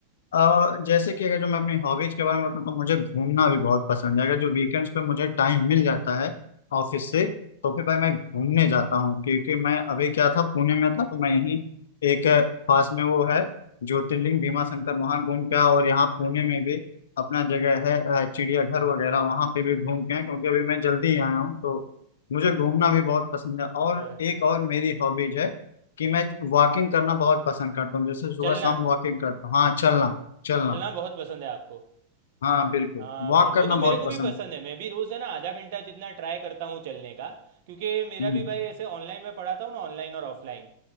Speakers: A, on the left; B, on the right.
A: अ, जैसे कि अगर जो मैं अपनी हॉबीज के बारे में बताऊँ तो मुझे घूमना भी बहुत पसंद है अगर जो वीकेंड्स पे मुझे टाइम मिल जाता है ऑफिस से तो फिर भाई मैं घूमने जाता हूँ क्योंकि मैं अभी क्या था पुणे में था तो मैं यहीं एक अ, पास में वो है ज्योतिर्लिंग भीमा शंकर वहाँ घूम के आया और यहाँ पुणे में भी अपना जगह है अ, चिड़ियाघर वगैरह वहाँ पे भी घूम के आए क्योंकि अभी मैं जल्दी ही आया हूँ तो मुझे घूमना भी बहुत पसंद है और
B: अच्छा
A: एक और मेरी हॉबीज है कि मैं वॉकिंग करना बहुत पसंद करता हूँ जैसे सुबह
B: चलना
A: शाम वॉकिंग करता हूँ हाँ चलना चलना
B: चलना बहुत पसंद है आपको
A: हाँ बिल्कुल
B: हाँ
A: वॉक
B: भाई वो
A: करना
B: तो
A: बहुत
B: मेरे को
A: पसंद
B: भी पसंद
A: है
B: है मैं भी रोज़ है ना आधा घंटा जितना ट्राई करता हूँ चलने का क्योंकि मेरा
A: हम्म
B: भी भाई ऐसे ऑनलाइन में पढ़ाता हूँ ना ऑनलाइन और ऑफलाइन